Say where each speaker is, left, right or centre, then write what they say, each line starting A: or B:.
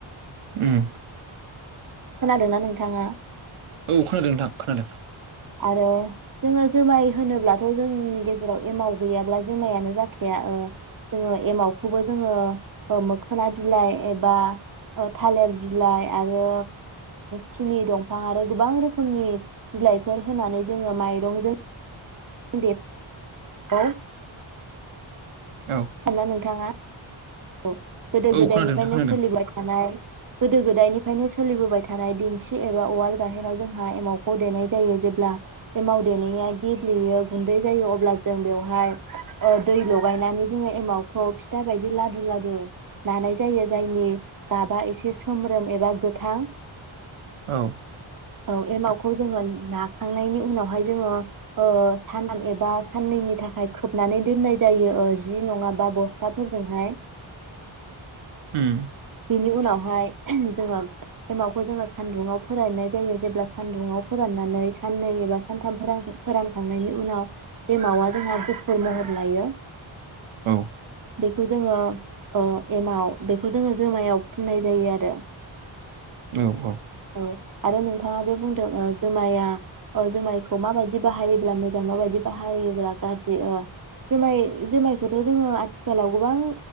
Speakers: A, on the right (about 85°); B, on the right (about 40°).
A: ओम।
B: खोनादोंना नोंथाङा?
A: औ खोनादों नोंथां खोनादों।
B: आरो जोङो जोमाय होनोब्लाथ' जोंनि गेजेराव एमाव गैयाब्ला जुमायानो जाखाया ओ जोङो एमावखौबो जोङो मोखोना बिलाइ एबा थालिर बिलाइ आरो सिनि दंफां आरो गोबां रोखोमनि बिलाइफोर होनानै जोङो माइरंजों <unintelligible>
A: औ
B: ना नोंथाङा औ गोदो
A: औ
B: गोदायनिफ्रायनो
A: खोनादों नोंथां खोनादों
B: सोलिबाय थानाय। गोदो गोदायनिफ्रायनो सोलिबोबाय थानाय दिंखि एबा उवाल गाहेनाव जोंहा एमावखौ देनाय जायो जेब्ला एमाव देनाया गेब्लेयो गुन्दै जायो अब्ला जों बेवहाय दै लगायनानै जोङो एमावखौ फिथा बायदि लादु लादु लानाय जायो जायनि गाबा एसे सोमब्रोम एबा गोथां
A: औ।
B: औ एमाावखौ जोङो नाखांनायनि उनावहाय जोङो ओ सानाम एबा साननैनि थाखाय खोबनानै दोननाय जायो जि नङाबा बस्थाफोरजोंहाय।
A: उम
B: बेनि उनावहाय जोङो एमावखौ जोङो सान्दुङाव फोराननाय जायो जेब्ला सान्दुुंङाव फोराननानै साननै एबा सानथाम फोरानखांनायनि उनाव एमावा जोंहा गुफुर महर लायो।
A: औ।
B: बेखौ जोङो अ एमाव बेखौ जोङो जुमायाव फुननाय जायो आरो।
A: औ औ।
B: अ आरो नोंथाङा जे बुंदों ओ जुमाया अ जुमायखौ माबायदि बाहायोब्ला मोजां माबायदि बाहायोब्ला गाज्रि अ जुमाय जुमायखौथ' जोङो आथिखालाव गोबां